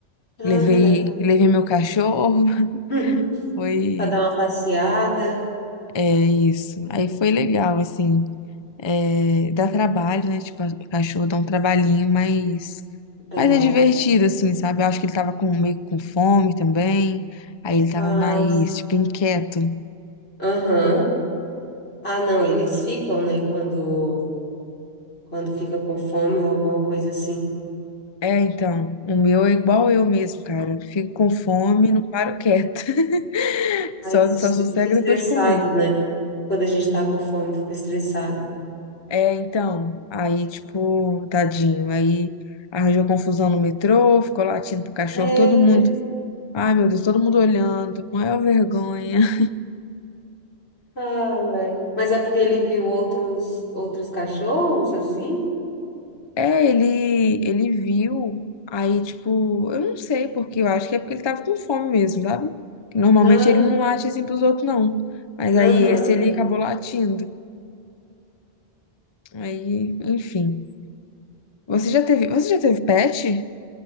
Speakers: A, on the left; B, on the left.
A: Ah,
B: Levei,
A: que legal.
B: levei meu cachorro. <laughs>
A: <laughs>
B: Foi,
A: Para dar uma passeada,
B: é isso. Aí foi legal, assim. É, dá trabalho, né? Tipo, o cachorro dá um trabalhinho, mas,
A: dá.
B: mas é divertido, assim, sabe? Eu acho que ele tava com, meio com fome também. Aí ele tava
A: Ah,
B: mais,
A: sim.
B: tipo, inquieto.
A: Aham. Ah, não, eles ficam, né? Quando, quando fica com fome ou alguma coisa assim.
B: É, então, o meu é igual eu mesmo, cara. Fico com fome, não paro quieto. <laughs> Só,
A: Aí se
B: só
A: est-
B: sossego
A: fica estressado,
B: depois de comer.
A: né? Quando a gente tá com fome, fica estressado.
B: É, então, aí, tipo, tadinho. Aí arranjou confusão no metrô, ficou latindo pro cachorro,
A: É,
B: todo mundo.
A: ve-
B: Ai, meu Deus, todo mundo olhando, maior vergonha. <laughs>
A: ai, ai. Mas é porque ele viu outros, outros cachorros, assim?
B: É, ele, ele viu, aí, tipo, eu não sei porque, eu acho que é porque ele tava com fome mesmo, sabe? Que normalmente
A: Ah,
B: ele não late assim pros outros, não. Mas
A: aham.
B: aí esse ele acabou latindo. Aí, enfim. Você já teve, você já teve pet?